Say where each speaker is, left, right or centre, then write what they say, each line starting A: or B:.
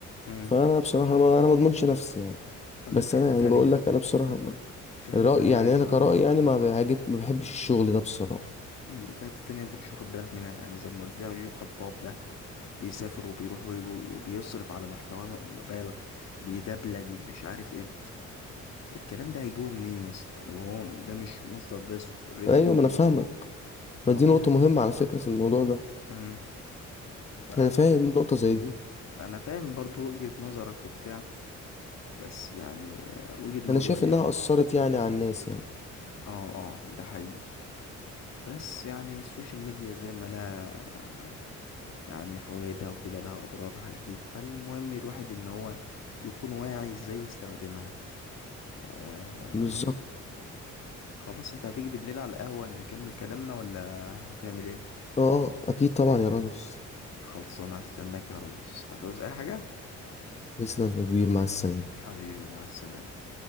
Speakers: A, on the left; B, on the left.
A: مم.
B: فانا بصراحه ما انا ما اضمنش نفسي يعني
A: بعدين
B: بس
A: في
B: انا
A: حته تانية
B: يعني بقول لك انا بصراحه ما-
A: في حته
B: رايي
A: تانية
B: يعني
A: عايز
B: انا
A: اقول
B: كرايي
A: لك منها
B: يعني ما بيعجب ما بحبش الشغل ده بصراحه
A: مم، في حتة تانية انت مش واخد بالك منها يعني زي ما قلت لك جو خطاب ده بيسافر وبيروح ويجي وبيصرف على محتوى م- مبالغ بيدبلج مش عارف ايه الكلام ده هيجيبه منين يا اسطى لو هو ده مش مصدر رزق رزقه
B: ايوه ما
A: كده
B: انا فاهمك ما
A: فهو
B: دي نقطه
A: محتاج
B: مهمه على فكره في الموضوع ده
A: امم ف
B: انا فاهم نقطه زي دي
A: انا فاهم برضو وجهة نظرك وبتاع بس يعني وجهة نظري
B: انا شايف انها
A: او
B: اثرت يعني على الناس يعني
A: اه اه ده حقيقي بس يعني السوشيال ميديا زي ما لها يعني فوائدها وكده لها أضرارها أكيد فالمهم الواحد إن هو يكون واعي إزاي يستخدمها آه
B: بالظبط
A: خلاص أنت هتيجي بالليل على القهوة نكمل كلامنا ولا هتعمل إيه؟
B: اه اكيد طبعا يا ريس
A: خلصانة هستناك يا ريس هتعوز أي حاجة؟
B: تسلم يا كبير
A: ح-
B: مع السلامه
A: حبيبي مع السلامة